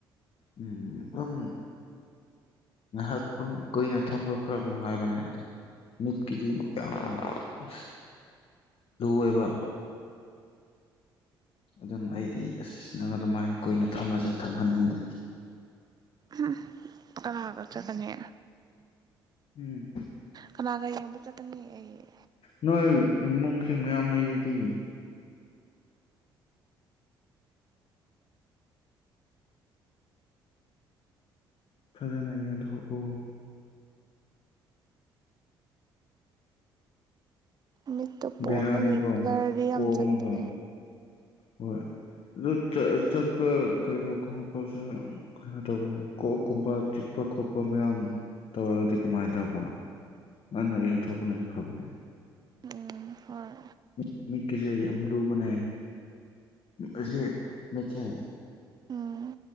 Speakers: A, on the left; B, on the right.
A: ꯎꯝ ꯑꯗꯨꯝ ꯉꯥꯏꯍꯥꯛ ꯑꯗꯨꯝ ꯀꯨꯏꯅ ꯊꯝꯕ ꯈꯔ ꯅꯨꯡꯉꯥꯏꯕꯅꯦ ꯑꯗꯣ ꯃꯤꯠ ꯀꯤꯗꯤ ꯌꯥꯝ ꯑꯁ ꯂꯨ ꯑꯣꯏꯕ ꯑꯗꯨꯝ ꯑꯩꯗꯤ ꯑꯁ ꯅꯪ ꯑꯗꯨꯃꯥꯏ ꯀꯨꯏꯅ ꯊꯝꯃꯁꯦ ꯊꯝꯍꯟꯅꯤꯡꯗꯦ
B: ꯎꯝ ꯀꯥꯅꯒꯆꯠꯀꯅꯤ
A: ꯎꯝ
B: ꯀꯅꯥꯒ ꯌꯦꯡꯕ ꯆꯠꯀꯅꯤ ꯑꯩ
A: ꯅꯣꯏ ꯏꯃꯨꯡꯁꯤꯡ ꯃꯌꯥꯝ ꯂꯩ ꯑꯗꯨꯗꯤ ꯐꯖꯅ ꯌꯦꯡꯊꯣꯛ ꯑꯣ
B: ꯃꯤꯠꯇꯣ ꯄꯣꯝꯕꯒꯤ
A: ꯕꯦꯔꯥꯅꯤꯒꯣ
B: ꯕ꯭ꯂꯔꯗꯤ ꯌꯥꯝ
A: ꯄꯣꯝꯃꯒ
B: ꯆꯠꯄꯅꯦ
A: ꯍꯣꯏ ꯑꯗꯨ ꯆꯠꯄ ꯀꯩꯅꯣ ꯈꯪꯄꯁꯨ ꯀꯩꯅꯣ ꯇꯧꯕꯅꯦ ꯀꯣꯛꯀꯨꯝꯕ ꯆꯤꯛ ꯈꯣꯠꯄ ꯈꯣꯠꯄ ꯃꯌꯥꯝ ꯇꯧꯔꯒꯗꯤ ꯀꯃꯥꯏꯅ ꯇꯧꯕ ꯉꯟꯅ ꯌꯦꯡꯊꯣꯛꯄꯅꯁꯨ ꯐꯕꯅꯦ
B: ꯎꯝ ꯍꯣꯏ
A: ꯃꯤꯠ ꯃꯤꯠꯀꯤꯁꯦ ꯌꯥꯝ ꯂꯨꯕꯅꯦ ꯑꯁꯤ ꯃꯤꯠꯁꯦ ꯎ
B: ꯎꯝ